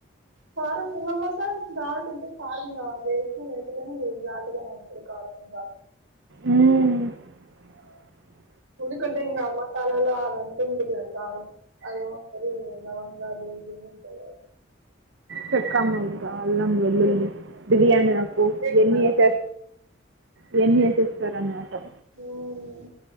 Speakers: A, on the right; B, on the right.
A: కారంమి మసాల నాాలు ఉంట కారంమ ఆదు <unintelligible> వేటిని వీ కాదుగా అంలు కావాల <unintelligible>
B: ఉం అ <inaudible>
A: ఉడకలేదు ఇక మసాలాలు అదంటే ఇంటి కారం <unintelligible> అదే ఒక్కసారి లవంగాలు ఉంట <unintelligible>
B: చెక్క మొగ్గ అల్లం వెల్లుల్లి బిర్యానీ
A: లవంగాలు
B: ఆకు
A: ఇవే
B: ఇఎన్ని
A: కారం
B: వేసే ఈవన్ని వేసేస్తారాన మాట
A: ఉమ్